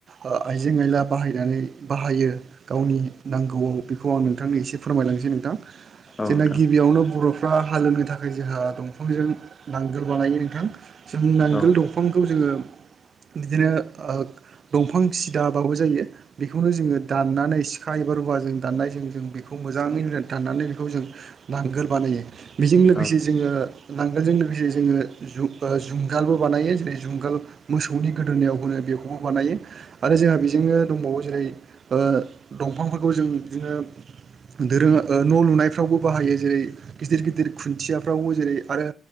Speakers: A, on the right; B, on the left.
A: ओ आइजें आइला बाहायनानै बाहायो गावनि नांगौआव बेखौ आं नोंथांनो एसे फोरमायलांनोसै नोंथां।
B: औ नोंथां
A: जोंना गिबियावनो बर'- फ्रा हालेवनो थाखाय जोंहा दंफांजों नांगोल बानायो नोंथां, ! जों नांगोल
B: औ
A: दंफांखौ जोङो बिदिनो ओ दंफां सिदाबाबो जानिया बेखौनो जोङो दाननानै सिखा एबा रु- औवाजों दान्नायजों जों बेखौ मोजाङै दाननानै बेखौ जों नांगोल बानायो बेजों लोगोसे
B: औ
A: जोङो नांगोलजों लोगोसे जोङो जु जुंगालबो बानायो जेरै जुंगाल मोसौनि गोदोनायाव होनो बेखौबो बानायो आरो जोंहा बेजोंनो दंबावो जेरै ओ दंफांफोर खौ जों बिदिनो दोरों ओ न' लुनायफ्रावबो बाहायो जेरै गिदिर गिदिर खुन्थियाफ्रावबो जेरै आरो